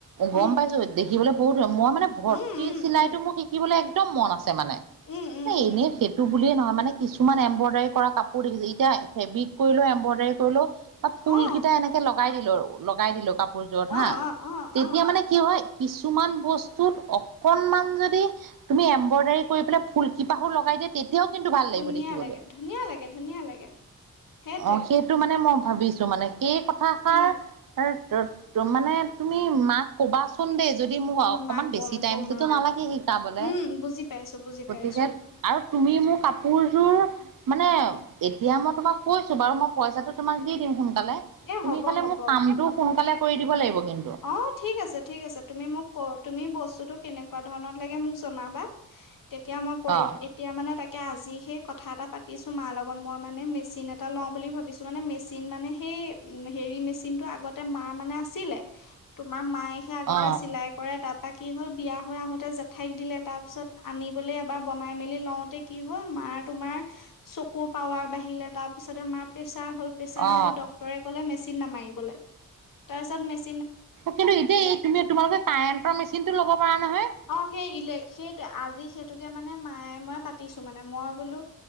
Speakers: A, on the left; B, on the right.
A: উম
B: গম পাইছো দেখিবলৈ মই মানে ভৰ্তি
A: উম উম
B: চিলাইটো
A: উম
B: মোৰ শিকিবলৈ একদম মন আছে মানে।
A: উম উম
B: এনেই
A: উম
B: সেইটো বুলিয়ে নহয় মানে কিছুমান এম্ব্ৰইডাৰী কৰা কাপোৰ দেখিছোঁ এতিয়া ফেব্ৰিক কৰিলেও এম্ব্ৰইডাৰী কৰিলেও বা ফুল
A: অ
B: কিটা এনেকে লগাই দিলো লগাই দিলো কাপোৰযোৰত হা
A: অ অ অ
B: তেতিয়া
A: অ
B: মানে কি হয় কিছুমান বস্তুত অকনমান যদি তুমি এম্ব্ৰইডাৰী কৰি পেলাই ফুল কিপাহু লগাই তেতিয়াও কিন্তু ভাল লাগিব
A: ধুনীয়া
B: দেখিবলৈ
A: লাগে ধুনীয়া লাগে ধুনীয়া লাগে সেইটোৱে
B: অ সেইটো মানে মই ভাবিছো মানে সেই কথাষাৰ
A: উম
B: ত ত মানে তুমি মাক কবাচোন দেই যদি মোক
A: মই
B: অকমান
A: মাক
B: বেছি
A: কম
B: টাইমতো
A: কম ৰবা
B: নালাগে শিকাবলে
A: উম বুজি পাইছো বুজি
B: গতিকে
A: পাইছো
B: আৰু তুমি মোক কা কাপোৰযোৰ মানে এতিয়া মই তোমাক কৈছো বাৰু মই পইচাটো
A: উম
B: তোমাক
A: উম
B: দি দিম সোন কালে
A: এ
B: তুমি
A: হ'ব
B: খালি
A: হ'ব
B: মোক কামটো সোনকালে কৰি দিব লাগিব। কিন্তু
A: অ ঠিক আছে ঠিক আছে তুমি মোক ক তুমি বস্ত বস্তুটো কেনেকুৱা ধৰণত লাগে মোক জনাবা তেতিয়া মই কৰিম
B: অ
A: এতিয়া মানে তাক এতিয়া আজি সেই কথা এটা পাতিছো মাৰ লগত মই মানে মেচিন এটা লওঁ বুলি ভাবিছো মানে মেচিন মানে সেই এই হেৰি মেচিন টো আগতে মা মানে আছিলে তোমাৰ মায়েহে আগতে
B: অ
A: চিলাই কৰে তাত কি হল বিয়া হৈ আহোতে জেঠাইক দিলে তাৰ পিছত আনিবলৈ এবাৰ বনাই মেলি লওতে কি হ'ল মা তুমাৰ চকু পাৱৰ বাঢিলে তাৰপিছতে মা। প্ৰেচাৰ হল প্ৰেচাৰ
B: অ
A: হলত ডক্তৰে কলে মেচিন নেমাৰিবলে তাৰপিছত
B: কিন্তু এতিয়া এই তুমি তোমালোকে কাৰেন্টৰ মেচিন টো ল'ব পৰা নহয়।
A: অ সেই ইলে সেইটো আজি সেইটোকে মানে মায়ে মই পাতিছো মানে মই বোলো